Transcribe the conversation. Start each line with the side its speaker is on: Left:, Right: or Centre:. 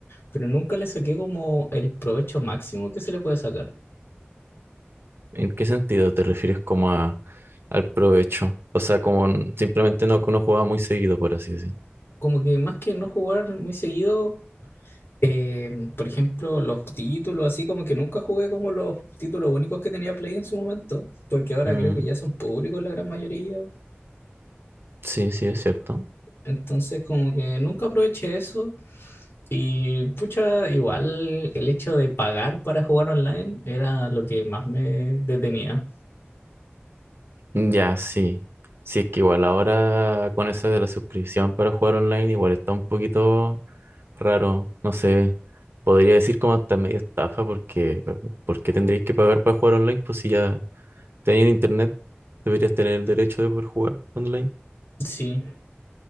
Left: pero nunca le saqué como el provecho máximo que se le puede sacar.
Right: ¿En qué sentido te refieres como a, al provecho? O sea, como n- simplemente no que uno jugaba muy seguido, por así decir.
Left: Como que más que no jugar muy seguido, eh, por ejemplo, los títulos, así como que nunca jugué como los títulos únicos que tenía Play en su momento, porque ahora
Right: Mm,
Left: creo que ya son públicos la gran mayoría,
Right: sí, sí, es cierto.
Left: Entonces, como que nunca aproveché eso. Y pucha, igual el hecho de pagar para jugar online era lo que más me detenía.
Right: Ya, sí. Sí, es que igual ahora con eso de la suscripción para jugar online, igual está un poquito raro. No sé. Podría decir como hasta medio estafa porque ¿por qué tendríais que pagar para jugar online? Pues si ya teniendo internet, deberías tener el derecho de poder jugar online.
Left: Sí,